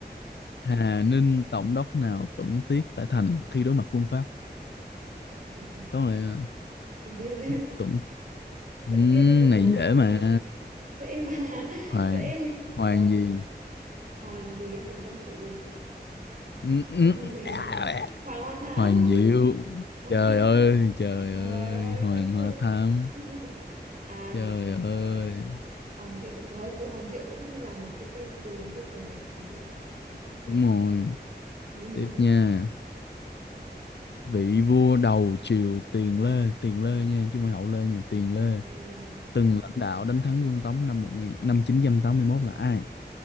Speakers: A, on the left (about 80°); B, on the right (about 45°).
A: Hà Ninh tổng đốc nào tuẫn tiết tại thành khi đối mặt quân Pháp
B: không biết
A: có lẽ
B: không biết <laughs>
A: là tuẫn ừ,
B: tận tiết là
A: này dễ
B: không
A: mà
B: biết dễ mà
A: hoàng
B: <laughs> dễ
A: hoàng
B: có
A: gì
B: Hoàng gì ấy, Hoàng Văn Thụ
A: <laughs> Ừ, ừ,
B: Hoàng gì? <laughs>
A: à,
B: Hoàng Hoa Thám.
A: Hoàng Diệu
B: <laughs> Hoàng
A: trời
B: Diệu
A: ơi
B: ấy à?
A: trời
B: Trời
A: ơi
B: ơi
A: Hoàng
B: các cụ.
A: Hoa Thám
B: <laughs> Ai
A: trời
B: mà
A: ơi
B: đã Hoàng Diệu, trời ơi, cụ Hoàng Diệu cũng là một cái tên đường vô cùng đẹp ở Hà Nội. Trời cũng nhiều
A: đúng rồi
B: cây. <laughs>
A: tiếp nha vị vua đầu triều Tiền Lê Tiền Lê nha chứ không phải Hậu Lê nha Tiền Lê
B: Ừm,
A: từng lãnh đạo đánh thắng quân Tống năm một nghìn năm chín trăm tám mươi mốt là ai?